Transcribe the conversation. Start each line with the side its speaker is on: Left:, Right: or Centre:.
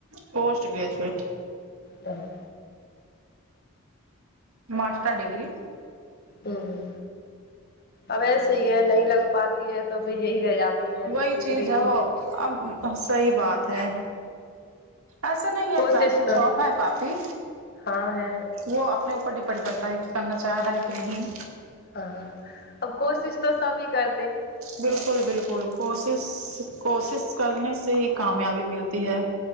Right: پوسٹ گریجویٹ
Left: ا <unintelligible>
Right: ماسٹر ڈگری
Left: ہو ہو اب ایسے یہ نہیں لگ پاتی ہے تو پھر یہی رہ جاتی ہیں
Right: وہی
Left: ڈگری
Right: چیز ہے
Left: ہوں
Right: وہ اب صحیح بات ہے ایسا نہیں ہے
Left: کوشش
Right: پرائیویٹ
Left: تو
Right: جاب ہے کافی
Left: ہاں ہے
Right: وہ اپنے اوپر ڈیپینڈ کرتا ہے کہ کرنا چاہ رہا ہے کہ نہیں
Left: ہاں ہاں اب کوشش تو سبھی کر
Right: بالکل بالکل کوشش کوشش کرنے سے ہی کامیابی ملتی ہے